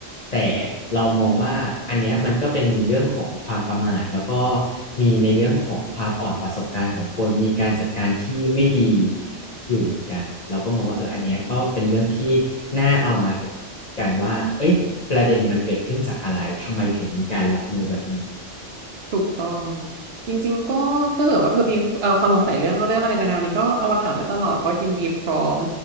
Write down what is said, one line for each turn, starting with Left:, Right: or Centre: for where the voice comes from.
Left: แต่เรามองว่าอันเนี้ยมันก็เป็นเรื่องของความประมาทแล้วก็มีในเรื่องของความอ่อนประสบการณ์ของคนมีการจัดการที่ไม่ดีอยู่เหมือนกันเราก็มองว่าเอออันเนี้ยก็เป็นเรื่องที่น่าเอามาถกกันว่าเอ้ยประเด็นมันเกิดขึ้นจากอะไรทำไมถึงมีการรับมือแบบนี้
Right: ถูกต้องจริงๆก็ถ้าเกิดว่าเธอมีเอ่อความสงสัยเรื่องเรื่องอะไรในแนวนี้ก็เอามาถามได้ตลอดก็ยินดีพร้อม